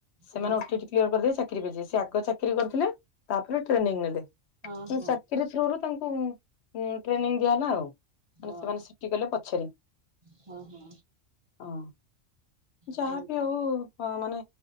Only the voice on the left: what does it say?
ସେମାନେ
ଓଟିଟି କ୍ଲିୟର କରିଦେଲେ ଚାକି,, ଚାକି ସେ ଆଗ ଚାକିରି କରିଥିଲେ ତାପରେ ଟ୍ରେନିଂ ନେଲେ
କି
ଚାକିରୀ ଥ୍ରୁରୁ ତାଙ୍କୁ, ଟ୍ରେନିଂ ଦିଆହେଲା ଆଉ
ମାନେ ସେମାନେ ସିଟି ଗଲେ ପଛରେ।
ହଁ। ଯାହାବି
ହଉ ମାନେ